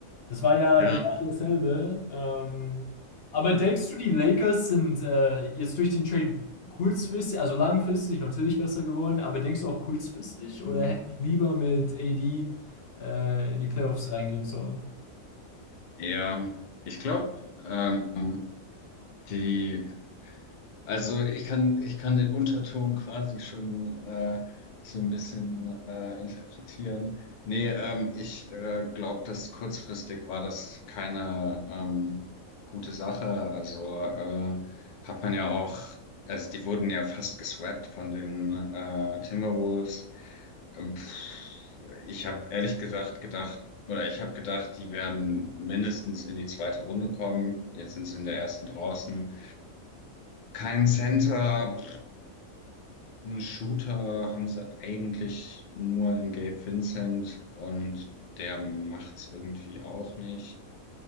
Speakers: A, on the left; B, on the left.
A: das war ja
B: Ja.
A: genau dasselbe. Ähm, aber denkst du, die Lakers sind äh, jetzt durch den Trade kurzfristig, also langfristig natürlich besser geworden, aber denkst du auch kurzfristig
B: Mhm.
A: oder hätten die lieber mit AD äh, in die Playoffs reingehen sollen?
B: Ja. Ich glaube, ähm, die Also ich kann, ich kann den Unterton quasi schon äh, so ein bisschen äh, interpretieren. Nee, ähm, ich äh, glaube, dass kurzfristig war das keine ähm, gute Sache. Also äh, hat man ja auch, also die wurden ja fast geswappt von den äh, Timberwolves. Ähm, pff, ich habe ehrlich gesagt gedacht, oder ich habe gedacht, die werden mindestens in die zweite Runde kommen. Jetzt sind sie in der ersten draußen. Kein Center. Einen Shooter haben sie eigentlich nur in Gabe Vincent und der macht's irgendwie auch nicht.